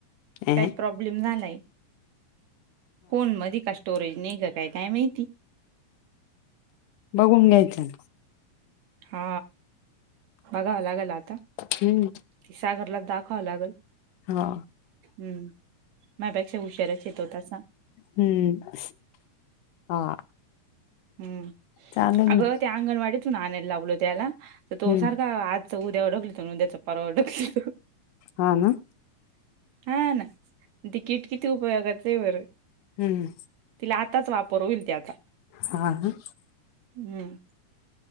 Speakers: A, on the left; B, on the right.
A: अ
B: काही प्रॉब्लेम झालाय फोन मध का? स्टोरेज नाही का काय काय माहिती
A: बघून घ्यायचं.
B: हा बघावं लागेल आता
A: हम्म
B: क सागरला दाखवावं लागेल.
A: हा
B: हम्म मापेक्षा हुशार्याच येतोतासा.
A: हम्म हा.
B: हम्म
A: चालेल
B: अगं
A: ना
B: त्या अंगणवाडीतून आणायला लावलो त्याला तर तो
A: हम्म
B: सारखा आजच उद्यावर डकली त उद्याचा पारवावर ओडकली त.
A: हा ना
B: हा ना. तिकीट किती उपयोगाच आहे बर
A: हम्म
B: तिला आताच वापर होईल ते आता
A: हा ह.
B: हम्म.